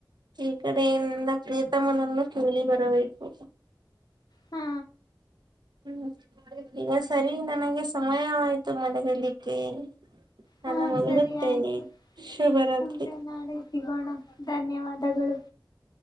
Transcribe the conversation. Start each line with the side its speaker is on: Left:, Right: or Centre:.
Right: ಈ ಕಡೆ ಎನ್ನ ಪ್ರೀತಮನನ್ನು ಕೇಳಿ ಬರಬೇಕು
Left: ಹ್ಮ
Right: ಹ್ಮ್ ಈಗ ಸರಿ ನನಗೆ ಸಮಯ ಆಯ್ತು ಮಲಗಲಿಕ್ಕೆ ನಾನು
Left: ಹಾ
Right: ಮಲಗುತ್ತೇನೆ
Left: ಸರಿ ಆಯ್ತು
Right: ಶುಭರಾತ್ರಿ
Left: ಮುಂದೆ ನಾಳೆ ಸಿಗೋಣ ಧನ್ಯವಾದಗಳು